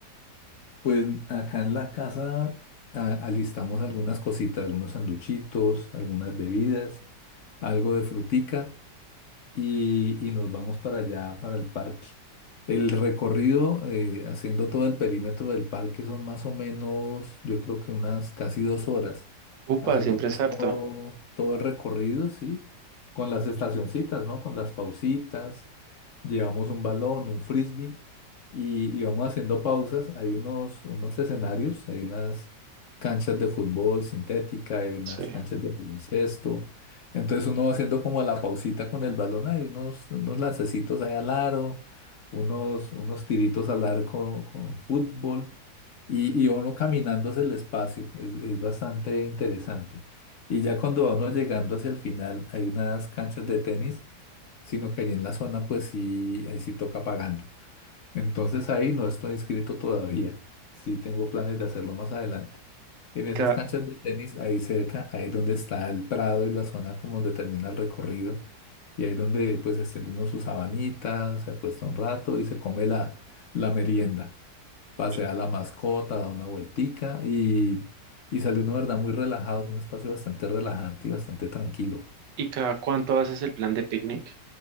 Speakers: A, on the left; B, on the right.
A: Pues acá en la casa a- alistamos algunas cositas, algunos sanduchitos, algunas bebidas, algo de frutica. y, y nos vamos para allá, para el parque. El recorrido, eh, haciendo todo el perímetro del parque, son más o menos, yo creo que unas casi dos horas,
B: Upa,
A: haciendo
B: siempre
A: pues
B: es harto.
A: todo, todo el recorrido, ¿sí? Con las estacioncitas, ¿no? Con las pausitas, llevamos un balón, un frisbee, y, y vamos haciendo pausas. Hay unos, unos escenarios, hay unas canchas de fútbol sintética, hay unas
B: Sí.
A: canchas de baloncesto. Entonces uno va haciendo como la pausita con el balón, hay unos, unos lancecitos ahí al aro, unos, unos tiritos al arco con fútbol y, y uno caminando hacia el espacio. Es, es bastante interesante. Y ya cuando vamos llegando hacia el final, hay unas canchas de tenis, sino que allí en la zona, pues sí, ahí sí toca pagando. Entonces ahí no estoy inscrito todavía. Sí tengo planes de hacerlo más adelante. En
B: ¿Y
A: esas
B: cada,
A: canchas de tenis, ahí cerca, ahí donde está el prado y la zona como donde termina el recorrido, y ahí donde pues extiende uno sus sabanitas, se acuesta un rato y se come la, la merienda. Pasea
B: y,
A: a la mascota, da una vueltica y, y sale uno, ¿verdad? Muy relajado. Es un espacio bastante relajante y bastante tranquilo.
B: y cada cuánto haces el plan de picnic?